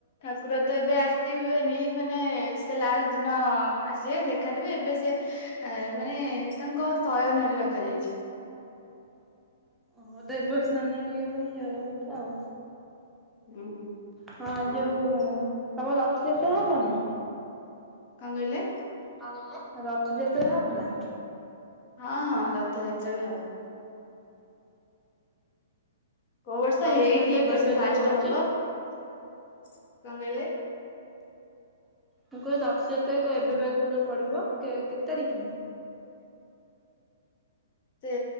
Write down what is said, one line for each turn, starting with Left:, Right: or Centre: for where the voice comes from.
Left: ଠାକୁର ତ ଏବେ ଆସିବେନି ମାନେ ସେ ଲାଷ୍ଟ ଦିନ ଆସିବେ ଦେଖାଦେବେ ଏବେ ସେ, ଆ ମାନେ ତାଙ୍କ ଶୟନରେ ରଖାଯାଇଛି।
Centre: ଓ ଦେବସ୍ନାନ ଇଏ ପାଇଁ ଜର ହେଇଛି ଆଉ।
Left: ହୁଁ
Centre: ହଁ ଯୋଉ ତମର ରଥ ଯାତ୍ରା ହବନା।
Left: କଣ କହିଲେ।
Centre: କଣ କହିଲେ ରଥଯାତ୍ରା ହବ ନା।
Left: ହଁ ହଁ ରଥଯାତ୍ରା ବି ହବ। କୋଉ ବର୍ଷ
Centre: ରଥଯାତ୍ରା
Left: ହେଇନି ଏଇ ବର୍ଷ
Centre: କେବେ
Left: ଫାଷ୍ଟ
Centre: ତ ପଡୁଛି?
Left: ହବ କଣ କହିଲେ।
Centre: ମୁ କହେ ରଥଯାତ୍ରା ଏବେ ବା କୋଉ ଦିନପଡିବ କେତେ ତାରିଖ।
Left: ସେ